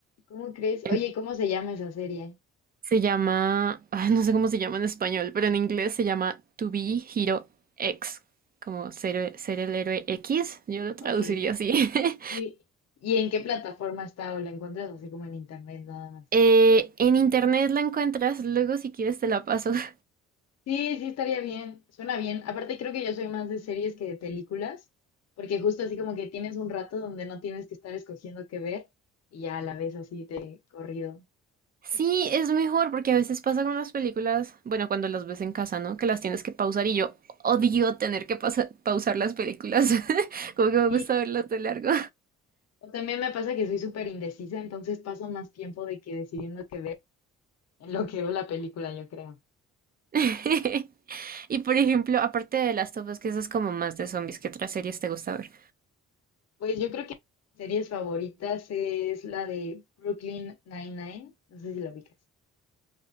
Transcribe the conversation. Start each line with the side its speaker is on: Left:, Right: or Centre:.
Left: ¿Cómo crees?
Right: En-
Left: Oye, ¿cómo se llama esa serie?
Right: se llama, ay, no sé cómo se llama en español, pero en inglés se llama To Be Hero X, como ser, ser el héroe X, yo lo traduciría
Left: Ok,
Right: así. <laughs>
Left: sí. ¿Y en qué plataforma está o la encuentras así como en internet nada más?
Right: Eh, en internet la encuentras, luego si quieres te la paso. <laughs>
Left: Sí, sí, estaría bien, suena bien. Aparte creo que yo soy más de series que de películas, porque justo así como que tienes un rato donde no tienes que estar escogiendo qué ver y ya la ves así de corrido.
Right: Sí, es mejor porque a veces pasa con las películas, bueno, cuando las ves en casa, ¿no? Que las tienes que pausar y yo odio tener que pausa- pausar las películas, <laughs> como que me
Left: Sí,
Right: gusta verlas de largo.
Left: o también me pasa que soy súper indecisa, entonces paso más tiempo de que decidiendo qué ver en lo que veo la película, yo creo.
Right: <laughs> Y por ejemplo, aparte de Last of Us, que esas como más de zombies, ¿qué otras series te gusta ver?
Left: Pues yo creo que mis series favoritas es la de Brooklyn Nine-Nine. No sé si la ubicas.